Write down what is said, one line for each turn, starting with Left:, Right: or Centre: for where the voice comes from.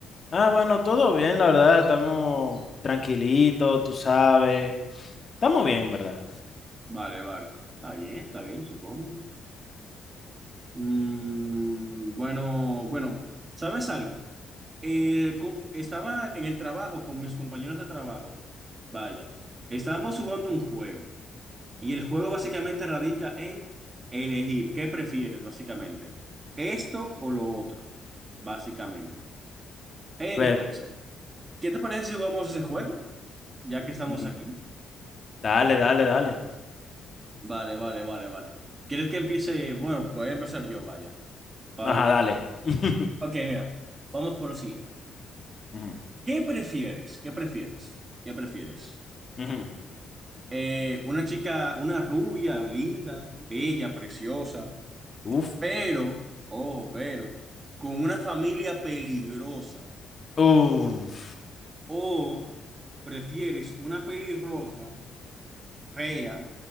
Left: Ah, bueno, todo bien, la verdad, estamos tranquilitos, tú sabes. Estamos bien, ¿verdad?
Right: Vale, vale. Está bien, está bien, supongo. Mm, bueno, bueno, ¿sabes algo? Eh, co- estaba en el trabajo con mis compañeros de trabajo. Vaya, estábamos jugando un juego y el juego básicamente radica en elegir qué prefieres, básicamente, esto o lo otro, básicamente. Entonces,
Left: Pero,
Right: ¿qué te parece si jugamos ese juego? Ya que estamos
Left: mm,
Right: aquí.
Left: dale, dale, dale.
Right: Vale, vale, vale, vale. ¿Quieres que empiece? Bueno, voy a empezar yo, vaya. Para-
Left: Ajá, dale. <laughs>
Right: Ok, mira, vamos por lo siguiente.
Left: Ujú,
Right: ¿Qué prefieres? ¿Qué prefieres? ¿Qué prefieres?
Left: ujú.
Right: Eh, una chica, una rubia, linda, bella, preciosa,
Left: Uf.
Right: pero, ojo, pero, con una familia peligrosa.
Left: Uf.
Right: O prefieres una pelirroja, fea,